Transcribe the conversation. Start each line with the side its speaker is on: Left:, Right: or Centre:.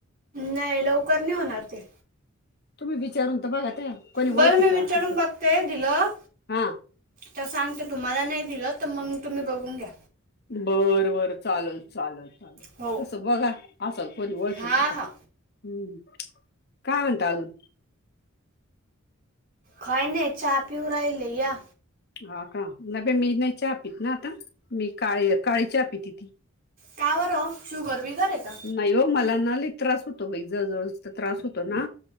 Right: नाही लवकर नाही होणार ते.
Left: तुम्ही विचारून तर बघा. त्या कोणी
Right: बर
Left: ओळखीचा
Right: मी विचारून
Left: असेल तर
Right: बघते दिलं
Left: हा
Right: तर सांगते. तुम्हाला नाही दिलं तर मग तुम्ही बघून घ्या.
Left: बर बरं चालेल चालेल. चाले
Right: हो
Left: तस बघा असल कोणी ओळखीच.
Right: हा
Left: हम्म
Right: हा
Left: काय म्हणत अजून.
Right: खाय नाही चहा पिऊराय ल या.
Left: हा का नाही ब मी नाही चा पीित ना आता मी काळी काळी चा पी त ती.
Right: का बरं शुगर बिगर आहे का
Left: नाही हो मला ना त्रास होत. ज जव त्रास होतो, ना